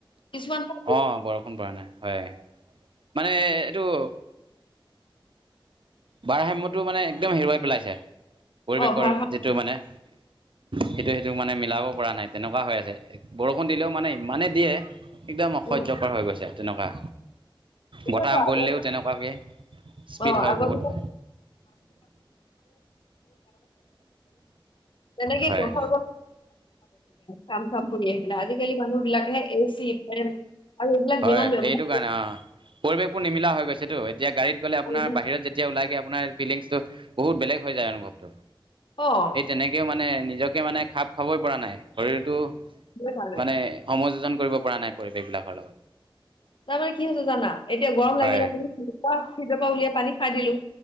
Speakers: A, on the left (about 65°); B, on the right (about 70°).
A: কিছুমান ঠাইত
B: অঁ', -বৰষুণ পৰা নাই হয়। মানে এইটো- বাৰসাইমটো মানে একদম হেৰুৱাই পেলাইছে, পৰিৱেশৰ
A: অ', ভাৰসাম্য
B: যিটো মানে- সেইটোৱে সেইটোক মানে মিলাব পৰা নাই তেনেকুৱা হৈ আছে। বৰষুণ দিলেও মানে ইমানেই দিয়ে একদম অসহ্যকৰ
A: উম,
B: হৈ গৈছে তেনেকুৱা।
A: এইটোৱেতো
B: বতাহ
A: আগত
B: বলিলেও তেনেকুৱাকৈ স্পীড
A: অ',
B: হয়
A: আগৰ
B: বহুত।
A: দিনত তেনেকে
B: হয়
A: <unintelligible> <unintelligible> কাম-চাম হৈ আহিছিলে, আজিকালি মানুহ বিলাকে এ চি ফেন আৰু এইবিলাক
B: হয়,
A: যিমান ব্যৱহাৰ
B: এইটো কাৰণে অঁ', পৰিৱেশবোৰ নিমিলা হৈ গৈছে তো। তেতিয়া গাড়ীত গ'লে
A: কৰিছে
B: আপোনাৰ বাহিৰত যেতিয়া ওলাইগৈ আপোনাৰ ফিলিংছটো বহুত বেলেগ হৈ যায় অনুভৱটো।
A: অ'।
B: তেনেকৈও মানে নিজকে মানে খাপ খাবই পৰা নাই শৰীৰটো
A: সেইটো কাৰণে
B: মানে- সমযোজন কৰিব পৰা নাই পৰিৱেশবিলাকৰ লগত।
A: তাৰমানে কি হৈছে জানা এতিয়া গৰম
B: হয়
A: লাগিলে টো ফ্ৰীজৰ পৰা উলিয়াই পানী খাই দিলো।